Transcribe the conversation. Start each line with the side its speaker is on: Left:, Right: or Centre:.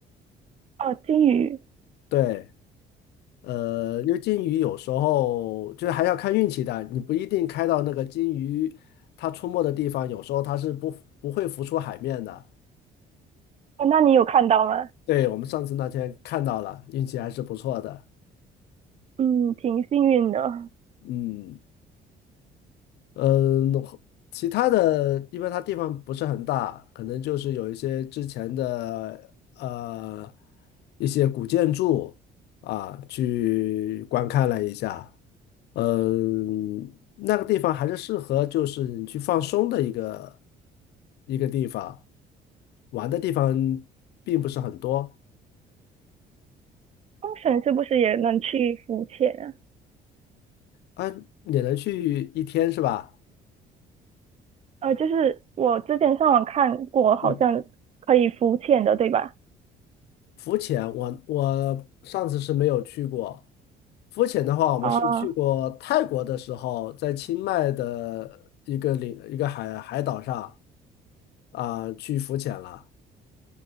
Right: 哦，金鱼，
Left: 对，呃，因为金鱼有时候就是还要看运气的，你不一定开到那个金鱼它出没的地方，有时候它是不不会浮出海面的。
Right: 哦，那你有看到吗？
Left: 对，我们上次那天看到了，运气还是不错的。
Right: 嗯，挺幸运的。
Left: 嗯。嗯，其他的，因为它地方不是很大，可能就是有一些之前的呃一些古建筑啊，去观看了一下。嗯，那个地方还是适合就是你去放松的一个一个地方，玩的地方并不是很多。
Right: 东绳是不是也能去浮潜啊？
Left: 啊，也能去一天是吧？
Right: 呃，就是我之前上网看过，好像可以浮潜的，
Left: 嗯。
Right: 对吧？
Left: 浮潜我我上次是没有去过。浮潜的话，我们是去过泰国的时候，
Right: 啊、
Left: 在清迈的一个领一个海海岛上啊、去浮潜了。